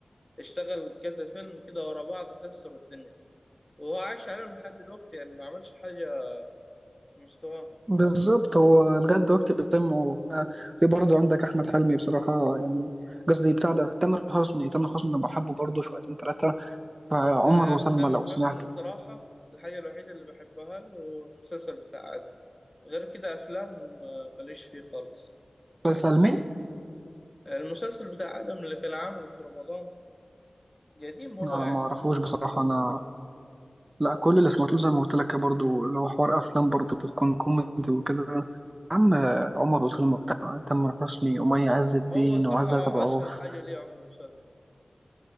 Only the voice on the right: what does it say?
بالظبط هو لغاية دلوقتي بيتم في برضه عندك أحمد حلمي بصراحة يعني قصدي بتاع ده تامر حسني تامر حسني أنا بحبه برضه شويتين تلاتة عمر
وسلمى
لو
سمعته
مسلسل مين؟
أنا
ما أعرفوش بصراحة أنا لا كل اللي سمعته زي ما قلت لك برضه اللي هو حوار أفلام برضه بتكون كوميدي وكده يا عم عمر وسلمى بتاع تامر حسني ومي عز الدين
وعزت
أبو عوف